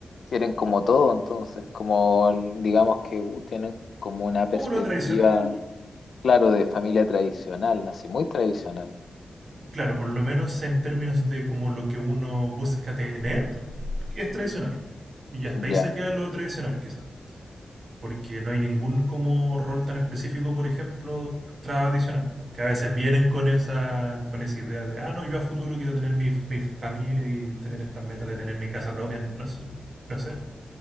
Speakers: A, on the left; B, on the right.
A: quieren como todo, entonces, como el- digamos que uh, tienen como una perspectiva,
B: Como lo tradicional,
A: claro, de familia tradicional, así muy tradicional.
B: claro, por lo menos en términos de como lo que uno busca tener, es tradicional.
A: Mm.
B: Y hasta ahí
A: Ya,
B: se queda lo tradicional, quizás Porque no hay ningún como rol tan específico, por ejemplo, tradicional. pues, que a veces vienen con esa, con esa idea de, ah, no, yo a futuro quiero tener mi, mi familia y tener estas metas de tener mi casa propia. No sé. No sé.